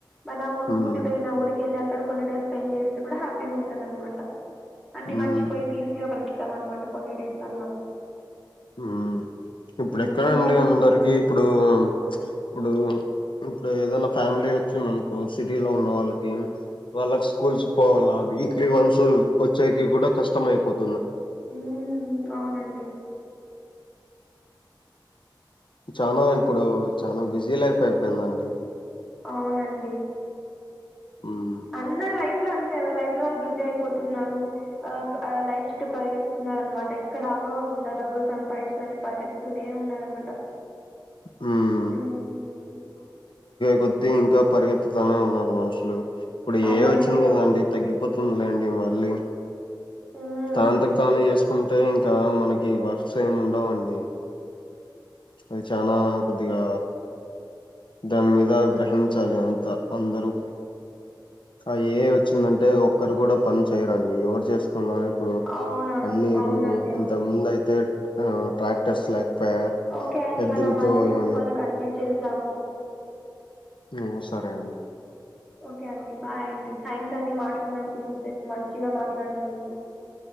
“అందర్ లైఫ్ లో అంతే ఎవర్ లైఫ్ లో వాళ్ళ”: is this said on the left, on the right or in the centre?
Centre